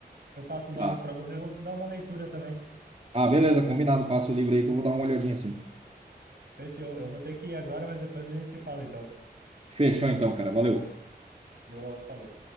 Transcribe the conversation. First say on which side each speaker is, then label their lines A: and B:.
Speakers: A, on the right (about 70°); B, on the right (about 40°).
A: Eu passo o
B: Tá.
A: nome pra você, vou te dar uma leitura também.
B: Ah, beleza, combinado. Passa o livro aí que eu vou dar uma olhadinha assim.
A: Fechou. Eu vou ter que ir agora, mas depois a gente se fala, então.
B: Fechou então, cara. Valeu.
A: Boa, falou.